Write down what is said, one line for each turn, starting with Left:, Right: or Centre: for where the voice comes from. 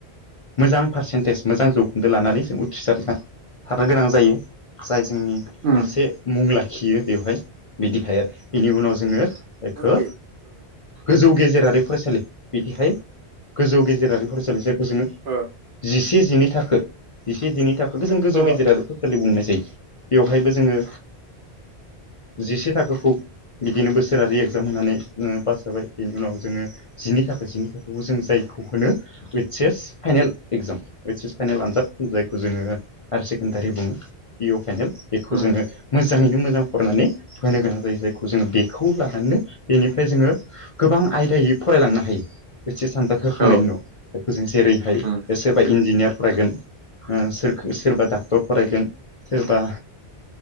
Left: मोजां पारसेन्टेज मोजां जौखोन्दो लानानै जों उथ्रिसारना सारनो गोनां जायो जाय जोंनि मोनसे
Right: उम
Left: मुं लाखियो बेवहाय बिदिहाय आरो बिनि उनाव जोंङो जायखौ
Right: ओ
Left: गोजौ गेजेरारि फरायसालि बेहाय गोजौ गेजेरारि फरायसालि जायखौ जोंङो
Right: ओ
Left: जिसे जिनै थाखो जिसे जिनै थाखोखौ जों गोजौ
Right: ओ
Left: गेजेराव सलि बुंनाय जायो बेवहायबो जोंङो जिसे थाखोखौ बिदिनो बोसोरारि एगजाम होनानै पास जाबाय बेनि उनाव जोंङो जिनि थाखोसेनि थाखोआवबो जों जायखौ होनो ओइस एस फाइनेल एक्जाम ओइस एस फाइनेल आनजाद जायखौ जोंङो हायार सेकेणडारि बुंङो पिअ फायनेल बेखौ
Right: उम
Left: जोंङो मोजाङैनो मोजां फरायनानै होनो गोनां जायो जायखौ जोंङो बेखौ लानानैनो बेनिफ्राय जोंङो गोबां आयदायै फरायलांनो हायो। ओइस एस सानजाद होखांनायनि
Right: औ
Left: न' बेखौ जों जेरैहाय
Right: उम
Left: बे सोरबा इन्जिनियार फरायगोन सोरखो सोरबा डाक्टर फरायगोन सोरबा